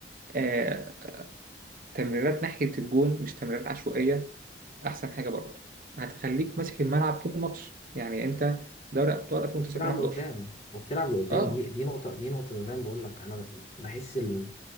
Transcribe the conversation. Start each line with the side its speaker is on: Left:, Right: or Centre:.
Right: آه، تمريرات ناحية الجون مش تمريرات عشوائية أحسن حاجة برضه هتخليك ماسك الملعب طول الماتش يعني أنت دوري أبطال 2019
Left: وبتلعب لقدام وبتلعب لقدام
Right: أه
Left: دي دي نقطة دي نقطة زي ما بقول لك أنا بحس ال-